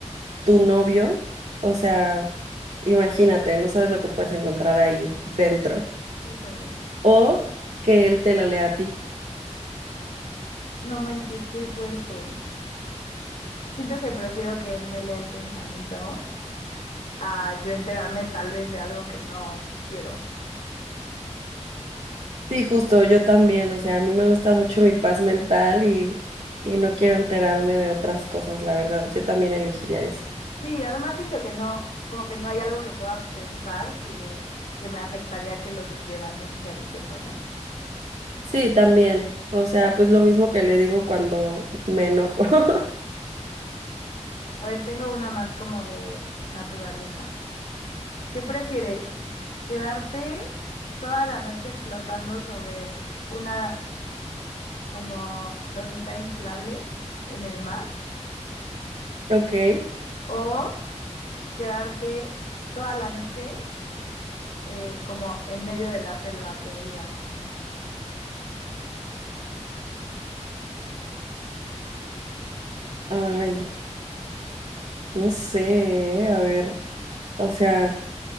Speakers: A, on the right; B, on the left.
A: tu novio? O sea, imagínate, no sabes lo que puedes encontrar ahí dentro.
B: <laughs> Híjole.
A: O que él te lo lea a ti.
B: No manches, qué fuerte. Siento que prefiero que él me lea el pensamiento a yo enterarme tal vez de algo que no quiero.
A: Sí, justo, yo también. O sea, a mí me gusta mucho mi paz mental y, y no quiero enterarme de otras cosas, la verdad. Yo también elegiría eso.
B: Sí, además siento que no, como que no hay algo que pueda pensar que, que me afectaría que lo supiera. No sé si a ti te pasa.
A: Sí, también. O sea, pues lo mismo que le digo cuando me enojo. <laughs>
B: A ver, tengo una más como de naturaleza. ¿Qué prefieres? ¿Quedarte toda la noche flotando sobre una como donita inflable en el mar
A: Ok.
B: o quedarte toda la noche eh, como en medio de la selva perdida.
A: Ay. No sé, eh, a ver, o sea,